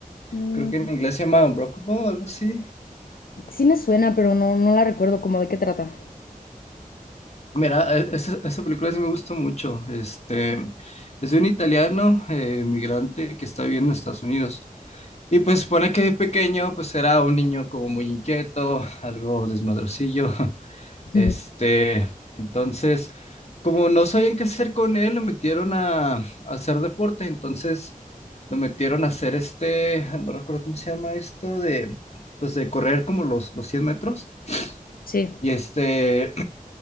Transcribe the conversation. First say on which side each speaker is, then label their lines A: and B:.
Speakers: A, on the left; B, on the left.
A: Mm,
B: creo que en inglés se llama Unbreakable o algo así.
A: sí me suena, pero no, no la recuerdo como de qué trata.
B: Mira, e- esa, esa película sí me gustó mucho. Este, es de un italiano eh, migrante que está viviendo en Estados Unidos. Y pues supone que de pequeño pues era un niño como muy inquieto, algo desmadrocillo. <laughs>
A: Ujú.
B: Este,
A: <laughs>
B: entonces, como no sabían qué hacer con él, lo metieron a, a hacer deporte. Entonces, lo metieron a hacer este, no recuerdo cómo se llama esto, de, pues de correr como los, los 100 metros.
A: Sí,
B: Y este,